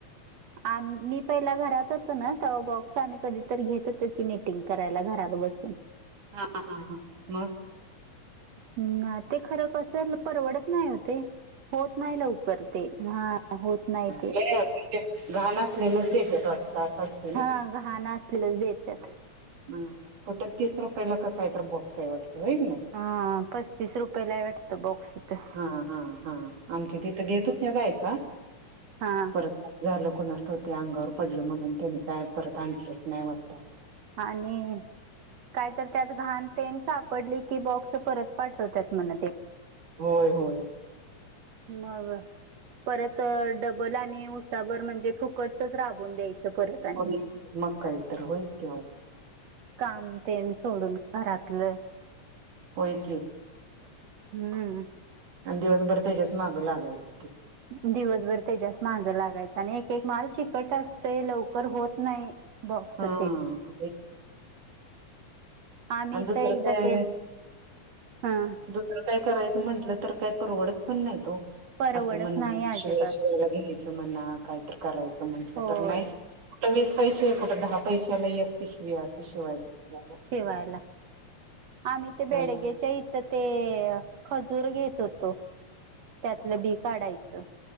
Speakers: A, on the right; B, on the right.
A: आम मी पहिला घरात होतो ना त बॉक्स आम्ही कधीतरी घेत होतो की निटिंग करायला घरात बसून
B: हा, हा, हा मग
A: हम् ते खरं परवडत नाही हो ते होत नाही लवकर ते हा होत नाही ते
B: लय म्हणजे घाण असलेलंच देत्यात ते अस असत
A: हा घाण असलेल देत्यात
B: ह आणि कुठं तीस रुपयाला का काय तर बॉक्स आहे वाटतं होय की नाई
A: हा पस्तीस रुपये ला वाटतं बॉक्स तो
B: हा, हा, हा आमची तिथं घेत होत्या बायका
A: हा
B: परत झालं कुणाष्ठौक अंगावर पडलं म्हणून त्यानी काय परत आणलंच नाही वाटत
A: आणि काय तर त्यात घाण तेन सापडली की बॉक्स परत पाठवत्यात मण
B: होय, होय
A: मग परत डबल आणि उसाभर म्हणजे फुकटचच राबून द्यायचं परत आणि
B: हो की मग काय तर होयच की ओ
A: काम तेण सोडून घरातलं
B: होय की
A: हम्म
B: आण दिवसभर त्याच्याच मागं लागायचं की
A: दिवसभर त्याच्याच माग लागायच आणि एक, एक माल चिकट असतय लवकर होत नाही बॉक्स
B: हा
A: ते
B: हा.
A: आम्ही
B: आणि दुसरं
A: तर एकदा
B: काय
A: ते हा
B: दुसरं काय करायचं म्हटलं तर काय परवडत पण नाही तो.
A: परवडत
B: असं म्हणा
A: नाही
B: पिशव्या
A: अजिबात
B: शिवायला घ्यायचं म्हणा काहीत करायचं म्हंटलं
A: होय
B: तर नाही. कुठ वीस पैसे आहे कुठं दहा पैशाला एक पिशवी असं शिवायला.
A: ठेवायला. आम्ही ते
B: त्यामुळे
A: बेडग्याच्या इथं ते खजूर घेत होतो. त्यातलं बी काढायचं.